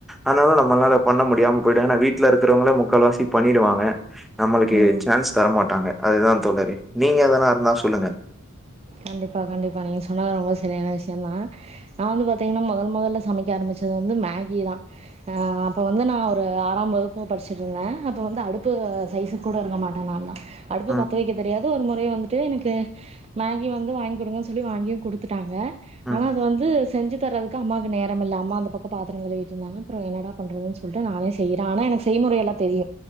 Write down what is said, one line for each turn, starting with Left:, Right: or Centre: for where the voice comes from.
Centre: அன்னால நம்மளால பண்ண முடியாம போய்ட்டாங்கனா வீட்ல இருக்குறவங்கள முக்கால்வாசி பண்ணிடுவாங்க நம்மளுக்கு
Right: ம்.
Centre: சான்ஸ் தரமாட்டாங்க அதுதா தோழரே நீங்க எதுனா இருந்தா சொல்லுங்க
Right: கண்டிப்பா கண்டிப்பா நீங்க சொன்ன ரொம்ப சரியான விஷயந்தா நா வந்து பாத்தீங்கன்னா மொதல் மொதல்ல சமைக்க ஆரம்பிச்சது வந்து மேகி தா ஆ அப்ப வந்து நா ஒரு ஆறாம் வகுப் பு படிச்சிட்ருந்த அப்போ வந்து அடுப்பு சைஸுக் கூட இருக்க மாட்ட நால்லா அடுப்ப
Centre: ம்
Right: பத்த வெக்க தெரியா து ஒரு முறை வந்துட்டு எனக்கு மேகி வந்து வாங்கி குடுங்கன் சொல்லி வாங்கியு குடுத்துட்டாங்க
Centre: ம்
Right: ஆனா அத வந்து செஞ்சுத் தர்றதுக்கு அம்மாக்கு நேரமில்ல அம்மா அந்த பக்கொ பாத்ரொ கழுவிட்ருந்தாங்க அப்பறொ என்னடா பண்றதுன் சொல்ட்டு நானே செய்யிற ஆனா எனக்கு செய்முறையெல்லா தெரியு